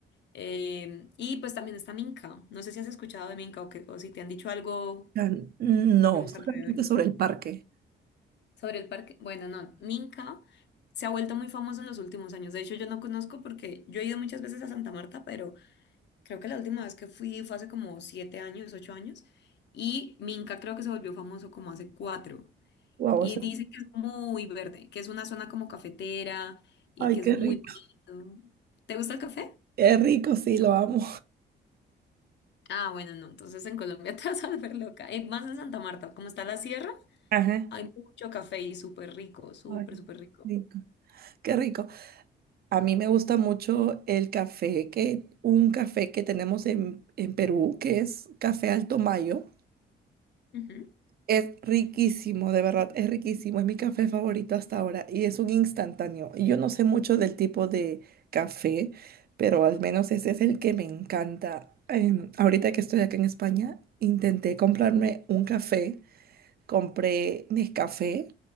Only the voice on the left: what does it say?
Eh, y pues también está Minca. No sé si has escuchado de Minca o, que, o si te han dicho algo
de los
alrededores.
Sobre el parque, bueno, no, Minca se ha vuelto muy famoso en los últimos años. De hecho, yo no conozco porque yo he ido muchas veces a Santa Marta, pero Creo que la última vez que fui fue hace como siete años, ocho años, y Minca creo que se volvió famoso como hace cuatro.
Y dice que es muy verde, que es una zona como cafetera y
que es
muy
bonito. ¿Te gusta el café?
Ah, bueno, no, entonces en Colombia <laughs> te vas a volver loca. Y más en Santa Marta, como está la sierra,
hay mucho café y súper rico, súper,
súper rico.
Ujú,